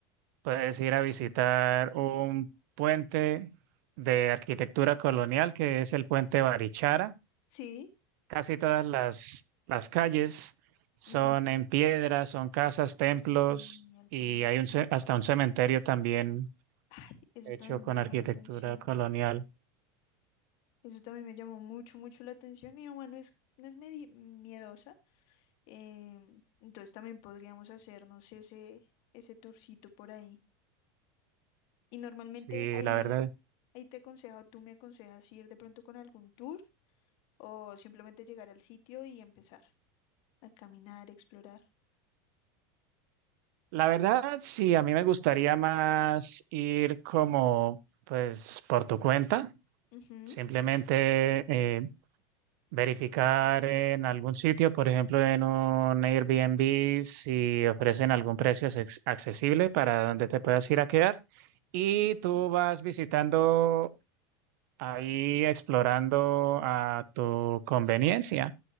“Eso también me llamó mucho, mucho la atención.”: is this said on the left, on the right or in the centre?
Left